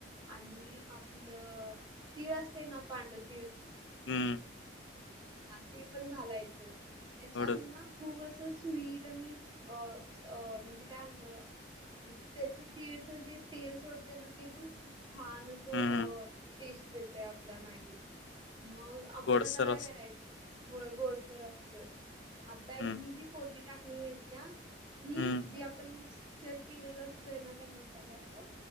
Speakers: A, on the right; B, on the left.
A: आणि आपलं तीळ असते ना पांढरं तीळ
B: हम्म
A: हा ते पण घालायचं त्याच्या
B: थोडंसं.
A: ना खूप असं स्वीट आणि अ अ म्हणजे काय म्हणत आणि त्याच तिळचं जे तेल सोडतं ना ते पण खूप छान असं
B: हम्म
A: अ टेस्ट देते आपल्या मॅगीत मग आपण
B: गोडसर
A: आता काय
B: अस
A: करायचं होय गोडसर असतोय आता ही
B: हम्म
A: जी फोडणी टाकलेली असते. हि
B: हम्म
A: जी आपण मिक्चर केलेल असतोय ना त्या मसाल्याच